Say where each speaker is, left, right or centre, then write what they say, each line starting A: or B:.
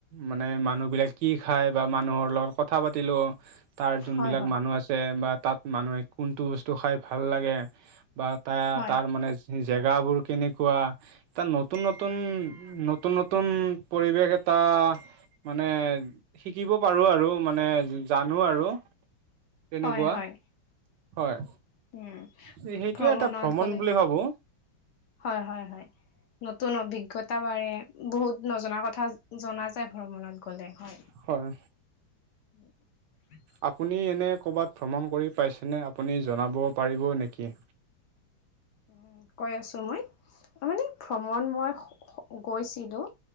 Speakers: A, on the right; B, on the left.
A: মানে মানুহবিলাক কি খাই বা মানুহৰ লগত কথা পাতিলো তাৰ যোনবিলাক
B: হয়, হয়,
A: মানুহ আছে বা তাত মানুহে কোনটো বস্তু খাই ভাল লাগে বা তা
B: হয়।
A: তাৰ মানে জেগাবোৰ কেনেকুৱা এটা নতুন নতুন, নতুন নতুন পৰিৱেশ এটা মানে শিকিব পাৰোঁ আৰু মানে জানো আৰু। তেনেকুৱা
B: হয় হয়
A: হয়।
B: উম।
A: যি সেইটোয়ে
B: ভ্ৰমণত
A: এটা ভ্ৰমণ
B: গ'লে
A: বুলি ভাবো।
B: হয় হয় হয়, নতুন অভিজ্ঞতা বাঢ়ে, বহুত নজনা কথা জনা যায় ভ্ৰমণত গ'লে হয়।
A: হয়।
B: উ <inaudible>
A: আপুনি এনে ক'ৰবাত ভ্ৰমণ কৰি পাইছেনে আপুনি জনাব পাৰিব নেকি?
B: উম কৈ আছো মই মানে ভ্ৰমণ মই হ গৈছিলোঁ,